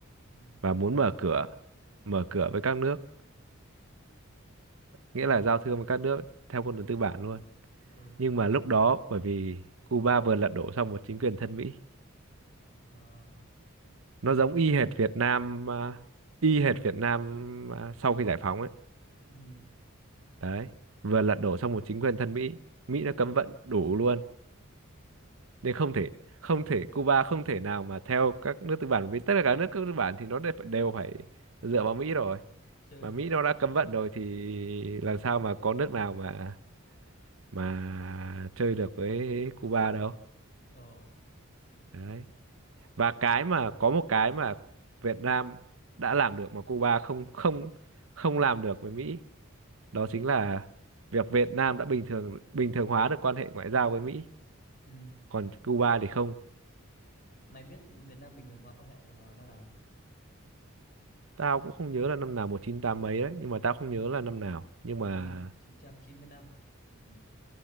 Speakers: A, on the left (about 45°); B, on the right (about 75°).
A: Ừ.
B: và muốn mở cửa mở cửa với các nước nghĩa là giao thương với các nước theo con đường tư bản luôn
A: Ừ.
B: nhưng mà lúc đó bởi vì Cuba vừa lật đổ xong một chính quyền thân Mỹ
A: À.
B: nó giống y hệt Việt Nam à, y hệt Việt Nam à, sau khi giải phóng ấy
A: ừ
B: đấy vừa lật
A: thế
B: đổ xong một chính quyền thân Mỹ Mỹ đã cấm vận đủ luôn nên không thể không thể Cuba không thể nào mà theo các nước tư bản vì tất cả các nước tư bản thì nó đều phải đều phải dựa vào Mỹ rồi
A: chơi
B: mà Mỹ nó đã cấm vận rồi thì làm sao mà có nước nào mà mà chơi được với Cuba đâu
A: ồ hợp lý
B: đấy và cái mà có một cái mà Việt Nam đã làm được mà Cuba không không không làm được với Mỹ đó chính là việc Việt Nam đã bình thường bình thường hóa được quan hệ ngoại giao với Mỹ
A: ừ
B: còn Cuba thì không
A: mày biết Việt Nam bình thường hóa quan hệ vào năm nào
B: tao cũng không nhớ là năm nào 198 mấy đấy nhưng mà tao không
A: Có
B: nhớ là năm nào nhưng
A: 1990
B: mà
A: năm ừ